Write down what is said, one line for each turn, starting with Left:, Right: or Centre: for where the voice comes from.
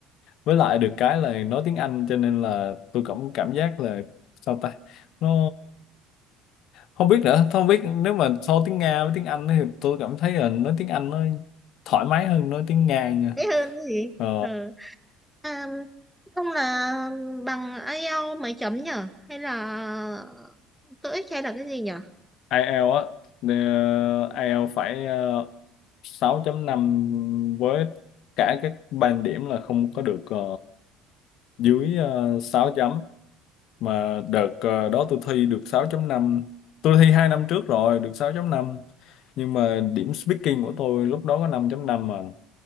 Left: với lại được cái là nói tiếng Anh cho nên là tôi cảm cảm giác là sao ta nó không biết nữa không biết nếu mà so tiếng Nga với tiếng Anh thì tôi cảm thấy là nói tiếng Anh nó thoải mái hơn nói tiếng Nga nha
Centre: thế hơn cái gì
Left: Ờ,
Centre: ừ. à, không là bằng IELTS mấy chấm nhở hay là TOEIC hay là cái gì nhở
Left: IELTS á ờ, IELTS phải ờ, sáu chấm năm với cả các band điểm là không có được ờ, dưới uh, 6 chấm mà đợt ờ, đó tôi thi được sáu chấm năm. tôi thi 2 năm trước rồi được sáu chấm năm. nhưng mà điểm speaking của tôi lúc đó có năm chấm năm mà